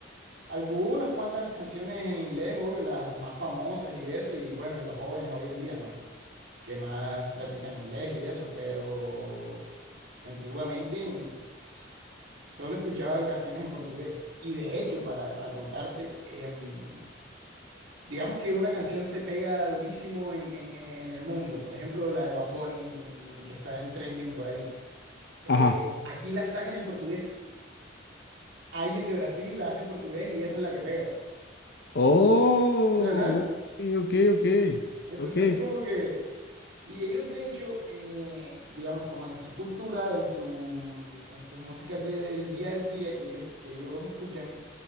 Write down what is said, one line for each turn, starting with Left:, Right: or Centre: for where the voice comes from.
Right: Algunas cuantas canciones en inglés, obvio, las más famosas y eso, y bueno, y los jóvenes hoy en día, ¿no? Que más practican inglés y eso, pero antiguamente en- pf, solo escuchaban canciones en portugués. Y de hecho, para, para contarte, em, digamos que una canción se pega durísimo en, en- en el mundo, por ejemplo, la de Bad Bunny mm, que está en trending por ahí. Eh,
Left: Ajá.
Right: aquí la sacan en portugués. Alguien de Brasil la hace en portugués y esa es la que pega.
Left: Oh,
Right: Ajá.
Left: ok, ok, ok.
Right: Entonces
Left: Ok,
Right: es como que, y ellos de hecho, eh, digamos, como en su cultura, en su, mm, en sus músicas de- del día a día que ellos, que ellos escuchan,